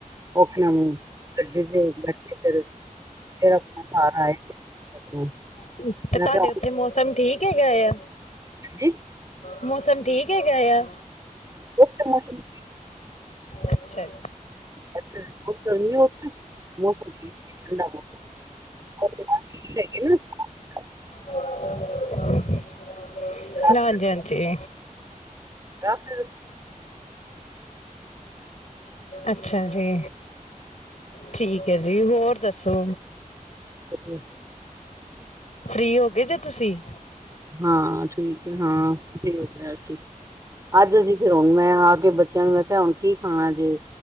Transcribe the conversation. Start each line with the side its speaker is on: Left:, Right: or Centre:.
Right: ਉਹ ਆਪਣਾ ਗੱਡੀ ਤੇ ਬੈਠੇ ਫਿਰ, ਫਿਰ ਆਪਣਾ ਘਰ ਆਏ ਆਪਣਾ
Left: ਤੇ,
Right: ਮੈਂ
Left: ਤੁਹਾਡੇ
Right: ਕਿਹਾ
Left: ਉਥੇ ਮੌਸਮ ਠੀਕ ਹੈਗਾ ਯਾ?
Right: ਹਾਂਜੀ?
Left: ਮੌਸਮ ਠੀਕ ਹੈਗਾ ਯਾ?
Right: ਉੱਥੇ ਮੌਸਮ
Left: ਅੱਛਾ।
Right: ਅੱਛਾ, ਬਹੁਤ ਗਰਮੀ ੳੱਥੇ। ਮੌਸਮ ਠੀਕ, ਠੰਡਾ ਹੋਗੇਯ <unintelligible>
Left: ਘੋੜਾ ਬਣਿਆ <unintelligible>
Right: ਰਾਤ-
Left: ਹਾਜੀ-ਹਾਂਜੀ।
Right: ਰਾਤ
Left: ਅੱਛਾ ਜੀ। ਠੀਕ ਐ ਜੀ, ਹੋਰ ਦੱਸੋ?
Right: ਹਾਂਜੀ।
Left: ਫ੍ਰੀ ਹੋ ਗਏ ਜੇ, ਤੁਸੀਂ?
Right: ਹਾਂ, ਠੀਕ ਏ, ਹਾਂ, ਫ੍ਰੀ ਹੋਗਿਆ ਜੀ। ਅੱਜ ਅਸੀ ਫੇਰ ਹੁਣ ਮੈਂ ਆਕੇ ਬੱਚਿਆਂ ਨੂੰ, ਮੈਂ ਕਿਹਾ, ਹੁਣ ਕੀ ਖਾਣਾ ਜੇ?